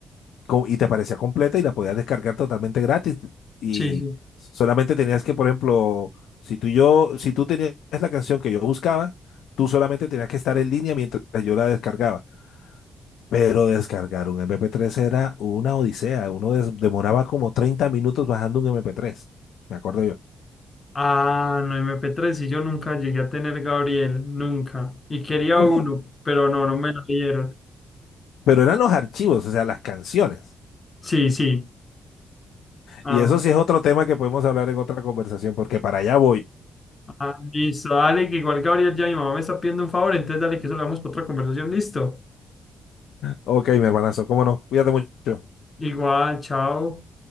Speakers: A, on the left; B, on the left.
A: co- y te aparecía completa y la podías descargar totalmente gratis. Y
B: Sí, sí.
A: solamente tenías que, por ejemplo, si tú y yo, si tú tenías la canción que yo buscaba, tú solamente tenías que estar en línea mientras yo la descargaba. Pero descargar un MP3 era una odisea. Uno des- demoraba como 30 minutos bajando un MP3. Me acuerdo yo.
B: Ah, no, M P tres y yo nunca llegué a tener Gabriel, nunca. Y quería
A: <laughs>
B: uno, pero no, no me lo dieron.
A: Pero eran los archivos, o sea, las canciones.
B: Sí, sí. Ah,
A: Y eso sí es otro tema que podemos hablar en otra conversación, porque para allá voy.
B: ah, listo, dale, que igual Gabriel ya mi mamá me está pidiendo un favor, entonces dale que eso lo damos para otra conversación, listo.
A: Ok, mi hermanazo, cómo no. Cuídate mucho.
B: Igual, chao.